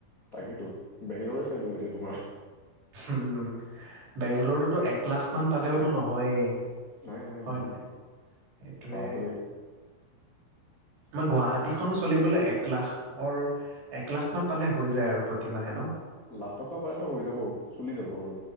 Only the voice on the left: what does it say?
তাকেইতো বেংগলৰে চাইলো এতিয়া তোমাৰ
নাই নাই
নহয়
বাপৰে
লাখ টকা পালেতো হৈ যাব চলি যাব আৰু